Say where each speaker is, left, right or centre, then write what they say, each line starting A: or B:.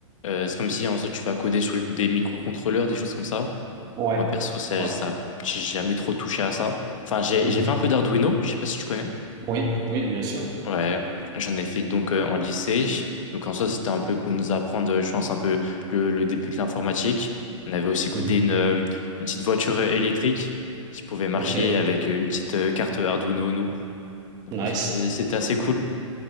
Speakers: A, on the left; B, on the right.
A: euh, c'est comme si en soi tu vas coder sur des microcontrôleurs, des choses comme ça.
B: ouais,
A: Moi perso, ça,
B: ouais.
A: ça, j'ai jamais trop touché à ça. Enfin, j'ai
B: Mhm.
A: j'ai fait un peu d'Arduino, je sais pas si tu connais.
B: Oui, oui, bien sûr.
A: Ouais, j'en ai fait donc euh, en lycée. Donc en soi, c'était un peu pour nous apprendre, euh, je pense, un peu le, le début de l'informatique. On avait aussi codé
B: Mhm.
A: une, euh, une petite voiture électrique qui pouvait marcher
B: Ok,
A: avec euh, une petite euh, carte Arduino Uno. Donc
B: nice.
A: en soi, c'est- c'était assez cool.